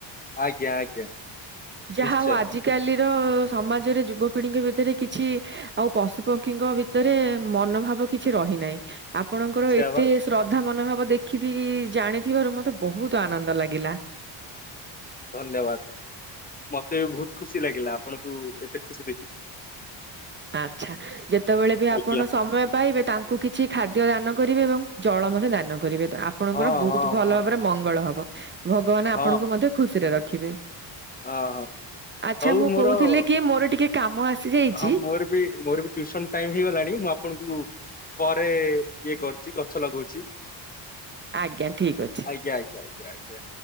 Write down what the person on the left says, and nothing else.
ଆଜ୍ଞା ଆଜ୍ଞା।
ନିଶ୍ଚୟ
ସେୟା
ବା
ଧନ୍ୟବାଦ। ମତେ ବହୁତ ଖୁସି ଲାଗିଲା ଆପଣଙ୍କୁ ଏତେ ଖୁସି ଦେଖିକି।
ଆଜ୍ଞା
ହଁ
ହଁ
ହଁ।
ହଁ
ହଁ ହଁ।
ଆଉ
ମୋର
ହଁ
ଆଉ ମୋର ବି ମୋର ବି ଟିଉସନ ଟାଇମ ହେଇଗଲାଣି ମୁଁ ଆପଣଙ୍କୁ ପରେ ଇଏ କରୁଛି ଗଛ ଲଗଉଛି।
ଆଜ୍ଞା ଆଜ୍ଞା ଆଜ୍ଞା ଆଜ୍ଞା।